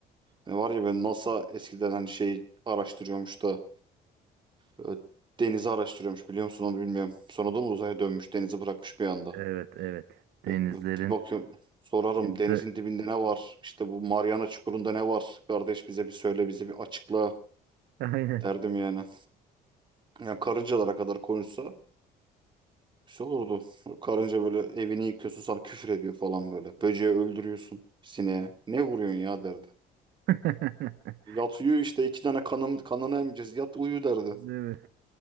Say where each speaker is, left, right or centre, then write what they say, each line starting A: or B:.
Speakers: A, on the right (about 30°); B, on the right (about 75°).
A: Ne var ya ben NASA eskiden hani şey araştırıyormuş da e, denizi araştırıyormuş biliyor musun onu bilmiyorum. Sonradan uzaya dönmüş denizi bırakmış bir anda.
B: evet evet denizlerin
A: Bak, bak- bir bakıyorum sorarım
B: yüzde
A: denizin dibinde ne var? İşte bu Mariana Çukuru'nda ne var? Kardeş bize bir söyle bize bir açıkla
B: aynen
A: derdim yani. Yani karıncalara kadar konuşsa bir şey olurdu. Karınca böyle evini yıkıyorsun sana küfür ediyor falan böyle. Böceği öldürüyorsun sineğe. Ne vuruyorsun ya derdi.
B: <laughs>
A: Yat uyu işte iki tane kanım, kanını emeceğiz. Yat uyu derdi.
B: değil mi?